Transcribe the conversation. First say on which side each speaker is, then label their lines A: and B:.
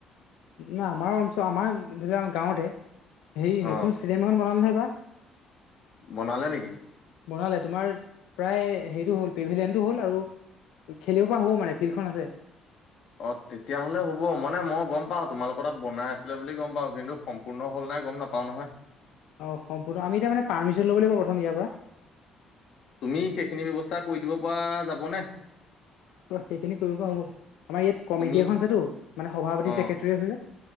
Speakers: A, on the left; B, on the left.
A: নাই আমাৰ অঞ্চল আমাৰ ধৰি লওক গাঁৱতে হেৰি
B: অ',
A: নতুন চিনেমা এখন বনালে নহয় এইবাৰ।
B: বনালে নেকি?
A: বনালে তোমাৰ প্ৰায় হেৰিটো হ'ল প্ৰিভিলিয়ানটো হ'ল আৰু খেলিব পৰা হ'ব মানে ফিল্ডখন আছে।
B: অ তেতিয়াহ'লে হ'ব মানে মই গম পাওঁ তোমালোকৰ তাত বনাই আছিলে বুলি গম পাওঁ কিন্তু সম্পূৰ্ণ হ'ল নাই গম নাপাও নহয়।
A: অ সম্পূৰ্ণ আমি এতিয়া মানে পাৰমিশন ল'ব লাগিব প্ৰথম ইয়াৰ পৰা।
B: তুমি সেইখিনি ব্যৱস্থা কৰি দিব পৰা যাব নে?
A: সেইখিনি কৰিব হ'ব আমাৰ ইয়াত কমিটি
B: তুমি
A: এখন আছেতো মানে সভাপতি
B: অ
A: ছেক্ৰেটৰী আছে যে।